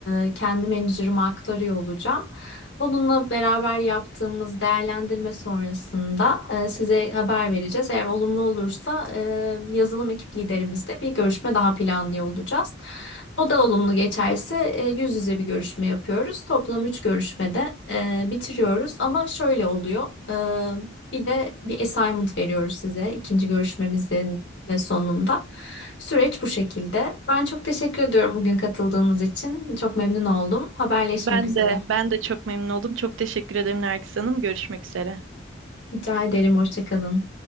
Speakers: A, on the left; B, on the right.
A: e, kendi menajerime aktarıyor olacağım. Onunla beraber yaptığımız değerlendirme sonrasında e, size haber vereceğiz. Eğer olumlu olursa e, yazılım ekip liderimizle bir görüşme daha planlıyor olacağız. O da olumlu geçerse e, yüz yüze bir görüşme yapıyoruz. Toplam üç görüşmede e, bitiriyoruz. Ama şöyle oluyor. Bir de bir assignment veriyoruz size ikinci görüşmemizin sonunda. Süreç bu şekilde. Ben çok teşekkür ediyorum bugün katıldığınız için. Çok memnun oldum. Haberleşmek
B: Ben
A: üzere.
B: de ben de çok memnun oldum. Çok teşekkür ederim Nergis Hanım. Görüşmek üzere.
A: Rica ederim. Hoşça kalın.